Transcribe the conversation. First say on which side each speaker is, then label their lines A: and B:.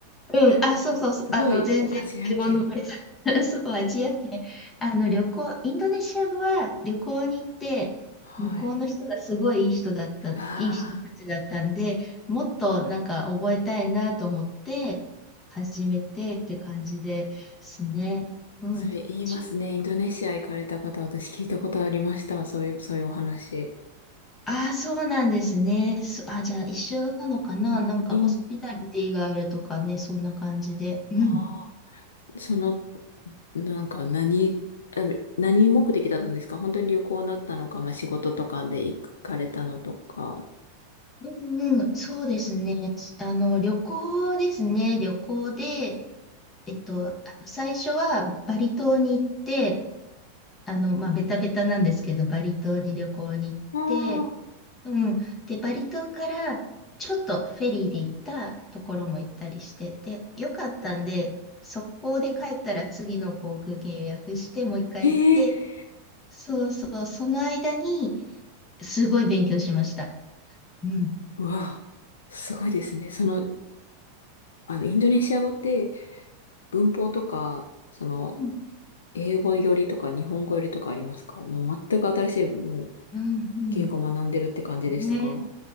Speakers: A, on the left (about 20°); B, on the left (about 65°).
A: うん、あ、
B: <laughs>
A: そうそうそう、
B: すごいアジア圏。
A: あの、全然英語の <laughs> そう、アジア圏。あの、旅行、インドネシア語は旅行に行って、
B: はい。
A: 向こうの人がすごいいい人だった、いい人たちだったんで、
B: ああ、
A: もっとなんか覚えたいなと思って、始めてって感じですね。うん。
B: それ言いますね。
A: ち
B: インドネシア行かれた方、私聞いたことありました。そういう、そういうお話。
A: ああ、そうなんですね。そあ、じゃあ一緒なのかななんかホスピタリティがあるとかね、
B: うん、イン、
A: そんな感じで。うん。
B: ああ、その、なんか何、あ何目的だったんですか本当に旅行だったのか、まあ、仕事とかで行かれたのとか。
A: うんうん、そうですね。あの、旅行ですね。旅行で、えっと、あの最初はバリ島に行って、あの、まあ、ベタベタなんですけど、バリ島に旅行に行って、
B: ああ
A: うん。で、バリ島からちょっとフェリーで行ったところも行ったりして、で、よかったんで、速攻で帰ったら次の航空券予約して、もう一回行って、
B: ええ
A: そうそう、その間にすごい勉強しました。うん。
B: うわあ、すごいですね。その、あの、インドネシア語って文法とか、その、
A: うん、
B: 英語よりとか日本語よりとかありますかもう全く新しいもう
A: うん、うん。
B: 言語を学んでるって感じでしたか
A: ね、